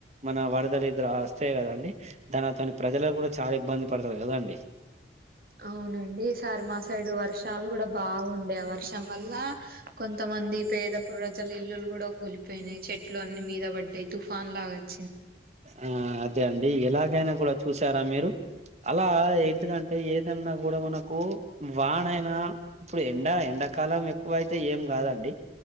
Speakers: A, on the right; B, on the right.
A: మన వరదలు ఇదురు వస్తేయి కదండి దానితోని ప్రజలకు కూడా చాలా ఇబ్బంది పడతారు కదా అండి
B: అవునండి ఈసారి మా సైడు వర్షాలు కూడా బాగుండే వర్షం వల్ల కొంతమంది పేద ప్రజలు ఇల్లులు కూడా కూలిపోయినాయి చెట్లు అన్ని మీద పడ్డాయి తుఫాన్ లాగాచ్చ
A: ఆ అదే అండి ఎలాగైనా కూడా చూసారా మీరు అలా ఏంటిదంటే ఏదన్నా కూడా మనకు వానైనా ఇప్పుడు ఎండ ఎండాకాలం ఎక్కువైతే ఏం కాదండి